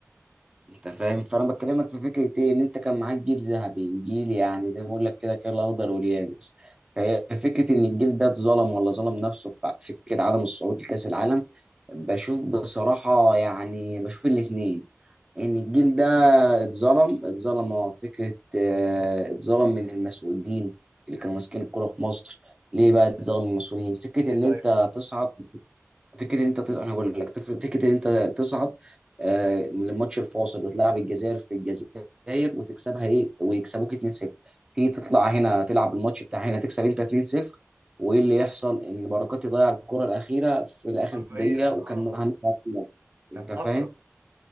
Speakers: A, on the right; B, on the right.
A: انت فاهم فانا بكلمك في فكره ايه ان انت كان معاك جيل ذهبي جيل يعني زي ما بقول لك كده كان الاخضر واليابس فهي فكره ان الجيل ده اتظلم ولا ظلم نفسه في فكره عدم الصعود لكاس العالم بشوف بصراحه يعني بشوف الاثنين ان الجيل ده اتظلم اتظلم اه فكره اه، اتظلم من المسؤولين اللي كانوا ماسكين الكوره في مصر ليه بقى اتظلم من المسؤولين فكره
B: ايه
A: ان
B: طيب
A: انت تصعد فكره إن انت تصعد انا هقول لك تف- فكره إن انت تصعد آه، من الماتش الفاصل وتلعب الجزائر في الجزائر وتكسبها ايه ويكسبوك 2-0 تيجي تطلع هنا تلعب الماتش بتاع هنا تكسب انت 2-0 وايه اللي يحصل ان بركات يضيع الكره الاخيره في اخر
B: حرفيا
A: دقيقه وكان
B: اه
A: هنطلع في النهاية.
B: كان
A: انت فاهم
B: حسرة